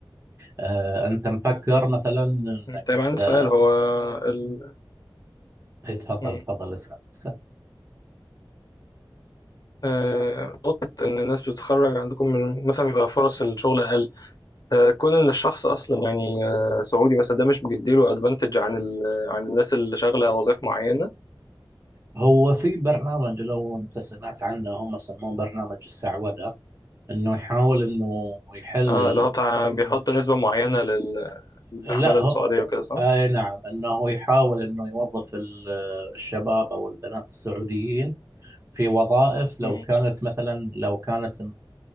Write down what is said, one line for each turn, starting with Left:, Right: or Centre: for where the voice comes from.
Right: آه، انت مفكر مثلا انك
Left: مم. طيب
Right: انت
Left: عندي سؤال هو ال...
Right: إيه، تفضل
Left: مم.
Right: تفضل اسال اسال
Left: آه، نقطة إن الناس بتتخرج عندكم من مثلا بيبقى فرص الشغل أقل آه، كون إن الشخص أصلا يعني آه، سعودي مثلا ده مش بيديله أدفانتج عن ال... عن الناس اللي شغالة وظائف معينة
Right: هو في برنامج لو انت سمعت عنه هم يسموه برنامج السعوده انه يحاول انه يحل
Left: آه،
Right: ال...
Left: اللي هو بتاع بيحط نسبة معينة لل- للعمالة
Right: لا هو
Left: السعودية وكده صح؟
Right: اي نعم انه يحاول انه يوظف ال- الشباب او البنات السعوديين في وظائف لو
Left: مم.
Right: كانت مثلا لو كانت